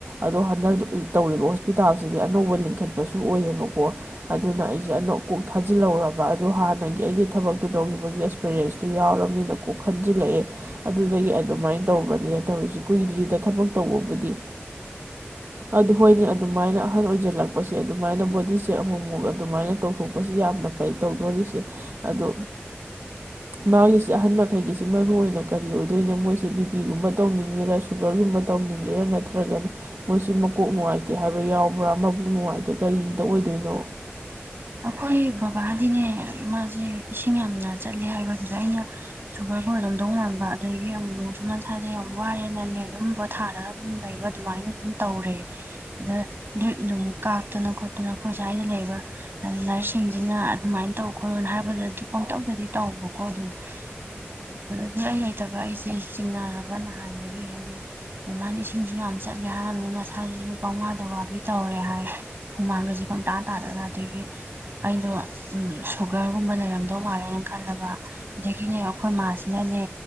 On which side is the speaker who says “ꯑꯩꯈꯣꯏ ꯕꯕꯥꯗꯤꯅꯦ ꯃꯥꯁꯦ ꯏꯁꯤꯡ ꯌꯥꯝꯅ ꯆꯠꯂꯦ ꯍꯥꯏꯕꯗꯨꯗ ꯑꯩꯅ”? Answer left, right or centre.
Right